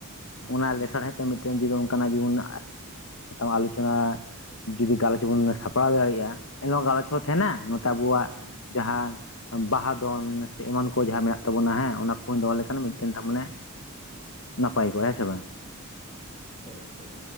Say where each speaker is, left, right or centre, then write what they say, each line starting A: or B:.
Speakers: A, on the left (about 25°); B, on the left (about 65°).
A: ᱦᱮᱸ
B: ᱚᱱᱟ ᱞᱟᱸᱥᱟᱲᱦᱮᱫ ᱛᱮ ᱢᱤᱫ ᱢᱤᱫᱴᱮᱱ ᱡᱩᱫᱤ ᱚᱱᱠᱟᱱᱟᱜ ᱡᱩᱫᱤ ᱵᱚᱱ <unintelligible> ᱟᱞᱳᱪᱚᱱᱟ᱾ ᱡᱩᱫᱤ ᱜᱟᱞᱚᱪ ᱵᱚᱱ ᱥᱟᱯᱲᱟᱣ ᱫᱟᱲᱮᱭᱟᱜᱼᱟ ᱮᱱ ᱦᱚ ᱜᱟᱞᱚᱪ ᱦᱚᱸ ᱛᱟᱦᱮᱱᱟ ᱱᱚᱛᱮ ᱟᱵᱚᱣᱟᱜ᱾
A: ᱦᱮᱸ
B: ᱡᱟᱦᱟᱸ ᱵᱟᱦᱟ ᱫᱚᱱ ᱥᱮ ᱮᱢᱟᱱ ᱠᱚ ᱡᱟᱦᱟᱸ ᱢᱮᱱᱟᱜ ᱛᱟᱵᱚᱱᱟ ᱦᱮᱸ ᱚᱱᱟ ᱠᱚ ᱫᱚᱦᱚ ᱞᱮᱠᱷᱟᱱ
A: ᱦᱮᱸ
B: ᱢᱤᱫᱴᱮᱱ ᱛᱚ ᱢᱟᱱᱮᱼᱼ ᱱᱟᱯᱟᱭ ᱠᱚ ᱦᱮᱸ ᱥᱮ ᱵᱟᱝ?
A: ᱴᱷᱤᱠ ᱴᱷᱤᱠ